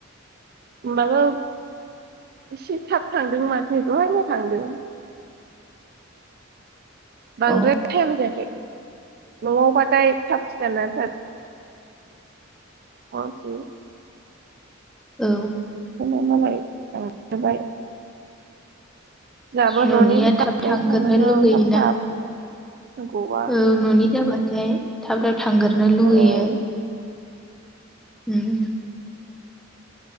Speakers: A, on the right; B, in the centre.
A: होमबाबो एसे थाब थांदों माथो दहायनो थांदों। बांद्राय
B: अ
A: टाइम जायाखै। नङाव बाथाय थाब सिखारना <unintelligible>
B: औ।
A: <unintelligible> जोंहाबो
B: न'निया
A: न'नि जाबाय
B: थाब थांगोरनो
A: थांनांगौ
B: लुगैयोना।
A: थाब थाब गवा
B: औ न'नि जाबाथाय थाब थाब थांग्रोनो लुुबैयो।
A: औ
B: उम